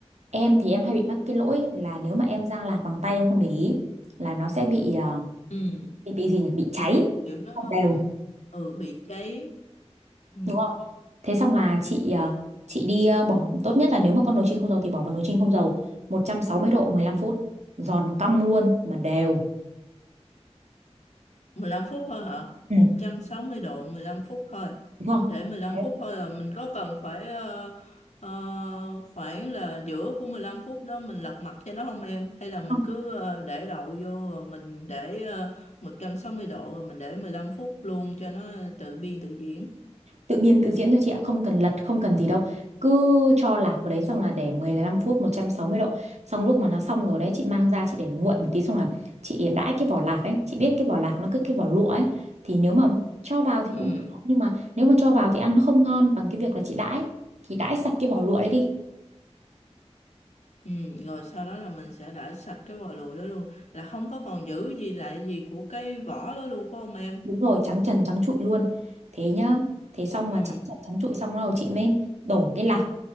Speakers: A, on the right; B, on the left.
A: Em thì em hay bị mắc cái lỗi là nếu mà em rang lạc bằng tay em không để ý Là nó sẽ bị ờ,
B: Ừ,
A: bị, bị gì nhỉ Bị cháy
B: kiểu nó
A: Không
B: hơi
A: đều
B: ừ bị cháy. Ừ.
A: đúng không Thế xong là chị ờ, chị đi ờ, bỏ tốt nhất là nếu mà con nồi chiên không dầu thì bỏ vào nồi chiên không dầu 160 độ mười lăm phút giòn cong luôn mà đều
B: 15 phút thôi hả?
A: ừ,
B: 160 độ 15 phút thôi.
A: đúng không
B: Để 15
A: Thế
B: phút thôi là mình có cần phải ờ, ờ, khoảng là giữa của 15 phút đó mình lật mặt cho nó không em? Hay là mình
A: không
B: cứ ờ, để đậu vô rồi mình để ờ, 160 độ rồi mình để 15 phút luôn cho nó tự biên tự diễn.
A: tự biên tự diễn thôi chị ạ không cần lật không cần gì đâu cứ cho lạc vào đấy xong là để mười lăm phút một trăm sáu mươi độ xong lúc mà nó xong rồi đấy chị mang ra chị để nguội một tí xong là chị đãi cái vỏ lạc ấy chị biết cái vỏ lạc nó cứ cái vỏ lụa ấy thì nếu mà cho vào thì
B: Ừ.
A: cũng được nhưng mà nếu mà cho vào thì ăn nó không ngon bằng cái việc là chị đãi thì đãi sạch cái vỏ lụa đấy đi
B: Ừ, rồi sau đó là mình sẽ đãi sạch cái vò lụi đó luôn là không có còn giữ gì lại gì của cái vỏ đó luôn phải không em?
A: Đúng rồi, trắng trần trắng trụi luôn. Thế nhá. Thế xong
B: Ừ.
A: mà trắng trần trắng trụi xong rồi chị mới đổ cái lạc